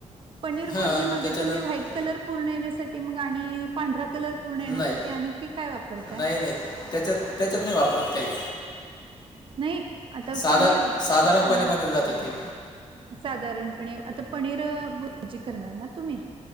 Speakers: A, on the right; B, on the left.
A: पनीर
B: हां
A: भुर्जी मध्ये
B: त्याच्यानंतर
A: तुम्ही व्हाईट कलर पूर्ण येण्यासाठी मग आणि पांढरा कलर पूर्ण येण्यासाठी
B: नाही
A: आणखी काय वापरताय?
B: नाही नाही त्याच्यात त्याच्यात नाही वापरत काहीच.
A: नाही आता
B: साधा-साधारणपणे
A: पनीर पा
B: बनवले जाते ते.
A: साधारणपणे आता पनीर भुर्जी करणार ना तुम्ही.